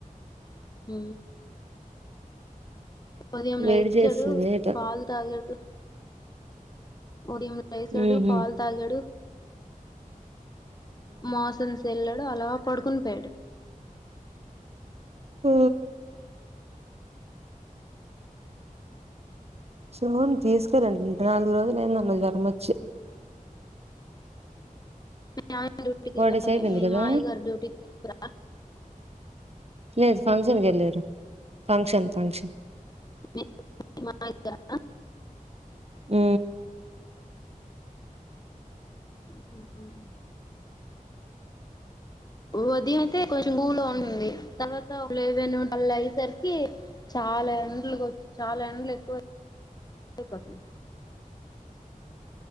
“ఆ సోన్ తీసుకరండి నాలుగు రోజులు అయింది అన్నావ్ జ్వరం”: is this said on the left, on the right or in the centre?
Right